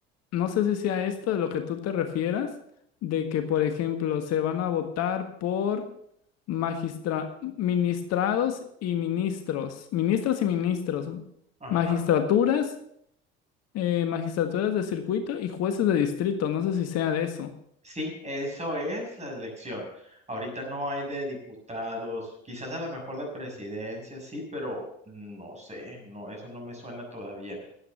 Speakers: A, on the left; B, on the right.
A: no sé si sea esto de lo que tú te refieras, de que, por ejemplo, se van a votar por magistra, ministrados y ministros, ministros y ministros,
B: Ajá.
A: magistraturas, eh, magistraturas de circuito y jueces de distrito, no sé si sea de eso.
B: Sí, eso es la elección. Ahorita no hay de diputados, quizás a lo mejor de presidencia, sí, pero no sé, no, eso no me suena todavía.